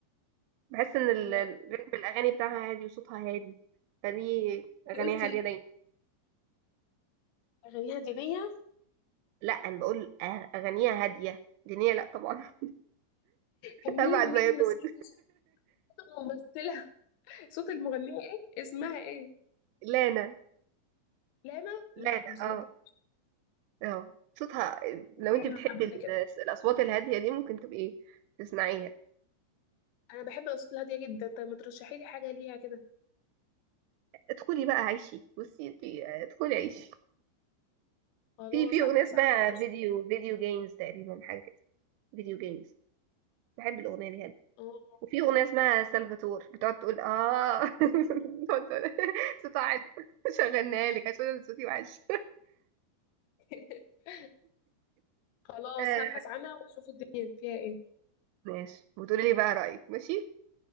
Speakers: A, on the right; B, on the left.
A: بحس ان ال-
B: إيه،
A: ال- رتم الاغاني بتاعها هادي وصوتها هادي فدي
B: انتي
A: اغانيها
B: قلتي
A: هاديه دايما
B: اغانيها دينيه
A: لا انا بقول أه- اغانيها هاديه دينيه لا طبعا
B: كان
A: أبعد
B: مين مين
A: ما يكون
B: مسؤولة صوت الممثله <laughs> صوت المغنيه ايه اسمها ايه
A: <laughs> لانا
B: لانا
A: لانا
B: لا ما سمعتها
A: اه اه صوتها لو انت
B: انا
A: بتحبي
B: قبل
A: ال-
B: كده
A: الأصوات الهادية دي ممكن تبقي تسمعيها
B: انا بحب الاصوات الهاديه جدا طب ما ترشحي لي حاجه ليها كده
A: ادخلي بقى عيشي بصي انت ادخلي عيشي
B: خلاص
A: في في أغنية
B: هبحث
A: اسمها
B: عنها واشوف
A: فيديو فيديو جيمز تقريبا حاجة كده فيديو جيمز بحب الأغنية دي هادية
B: اه
A: وفي أغنية اسمها سلفاتور بتقعد تقول اه <laughs> بتقعد تقول صوتها حلو شغلناها لك عشان أنا صوتي وحش
B: <laughs> خلاص
A: <laughs> آه،
B: هبحث عنها واشوف الدنيا فيها ايه
A: ماشي وتقولي لي بقى رأيك ماشي